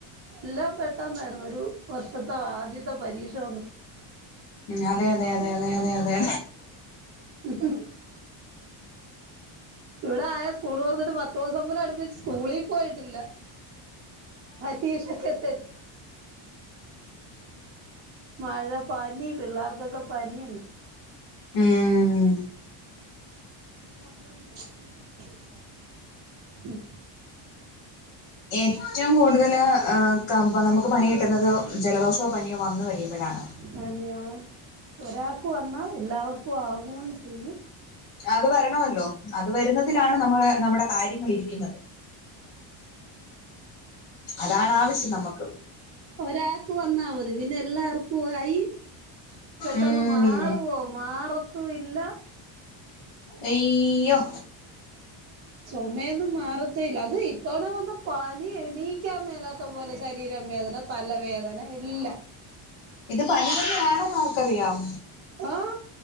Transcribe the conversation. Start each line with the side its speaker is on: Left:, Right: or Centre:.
Right: എല്ലാം പെട്ടെന്നായിരുന്നു ഒരു വർഷത്തെ ആദ്യത്തെ പരീക്ഷ വന്ന്
Left: ഉം അതെ അതെ അതെ അതെ അതെ അതെ
Right: ഉ ഇവിടെ ആകെ സ്കൂള് തുറന്നിട്ട് പത്ത് ദിവസം പോലും അടുപ്പിച്ച് സ്കൂളീ പോയിട്ടില്ല പരീക്ഷക്കെത്ത് മഴ പനി പിള്ളേർക്കൊക്കെ പനിയുണ്ട്
Left: ഏഹ്
Right: ഒന്നും മൈക്ക് വെച്ചിട്ട് തെളിച്ച് പറയ്
Left: ഏറ്റവും കൂടുതൽ ഏഹ് ക നമുക്ക് പണി കിട്ടുന്നത് ജലദോഷോ പനിയോ വന്നു കഴിയുമ്പഴാണ്
Right: പനിയാ ഒരാൾക്ക് വന്നാ എല്ലാവർക്കും ആകൂം ചെയ്യും
Left: അത് വരണവല്ലോ അത് വരുന്നതിലാണ് നമ്മൾ നമ്മുടെ കാര്യങ്ങൾ ഇരിക്കുന്നത് അതാണ് ആവശ്യം നമക്ക്
Right: ഒരാൾക്ക് വന്നാ മതി പിന്നെ എല്ലാർക്കും ആയി പെട്ടെന്ന്
Left: ഉം
Right: മാറുവോ മാറത്തും ഇല്ല
Left: അയ്യോ
Right: ചൊമയൊന്നും മാറത്തെയില്ല അത് ഇത്തവണ വന്ന പനി എണീക്കാൻ മേലാത്ത പോലെ ശരീരം വേദന തലവേദന എല്ലാം
Left: ഇത് പനി തന്നാണോന്ന് ആർക്കറിയാം
Right: ആഹ